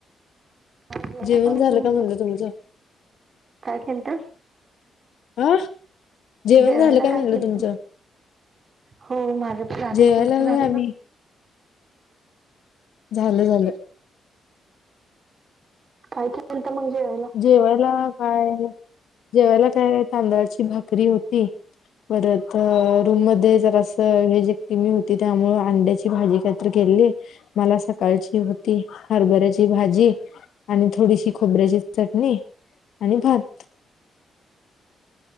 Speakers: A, on the right (about 50°); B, on the left (about 70°).
A: <inaudible>
B: जेवण
A: म्हणला.
B: झालं का म्हणलं तुमचं?
A: काय केलतं?
B: अं, जेवण
A: जेवायला
B: झालं काय, म्हणलं
A: केलंत
B: तुमचं?
A: हो माझं प झालं.
B: जेवायला
A: तुमचं, झालं
B: होय आम्ही
A: का?
B: झालं, झालं.
A: काय, केलत मग जेवायला?
B: जेवायला, काय? जेवायला काय? तांदळाची भाकरी होती. परत रूम मध्ये जरा असं हे जे टी कमी होती. त्यामुळ अंड्याची भाजी केली. मला सकाळची होती, हरभऱ्याची भाजी. आणि थोडीशी खोबऱ्याची चटणी. आणि भात.